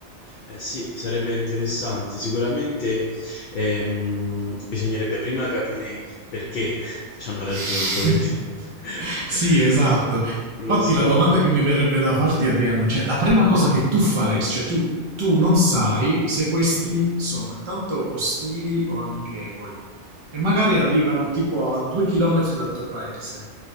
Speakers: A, on the left; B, on the right.
A: Eh sì, sarebbe interessante. Sicuramente ehm, bisognerebbe prima capire perché <laughs> ci hanno raggiunto,
B: <laughs>
A: quindi <laughs>
B: Sì, esatto.
A: lo
B: Infatti
A: scopo.
B: la domanda che mi verrebbe da farti, Adriano, cioè la prima
A: Mm,
B: cosa che tu faresti, cioè tu, tu non sai se questi
A: mhm.
B: sono intanto ostili o amichevoli e magari arrivano tipo a due chilometri dal tuo paese.